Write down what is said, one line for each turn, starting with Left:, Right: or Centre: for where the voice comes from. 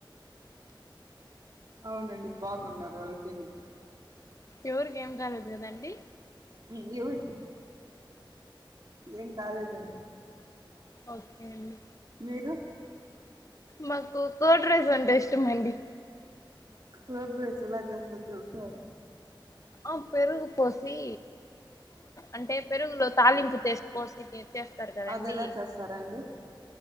Right: అవునండి బాగున్నారు వాళ్ళు తిని
Left: ఎవురికి ఏమ్ కాలేదు కదండి
Right: నీ న్యూడ్ ఏం కాలేదండి
Left: ఓకే అండి
Right: మీరు?
Left: మాకు కోడ్రైస్ అంటే ఇష్టం అండి
Right: కోడ్రైస్ ఎలా చేస్తరో చెపుతార
Left: ఆ పెరుగు పోసి అంటే పెరుగులో తాలింపు చేసి పోసి తి చేస్తారు కదండి
Right: అది ఎలా చేస్తారండి?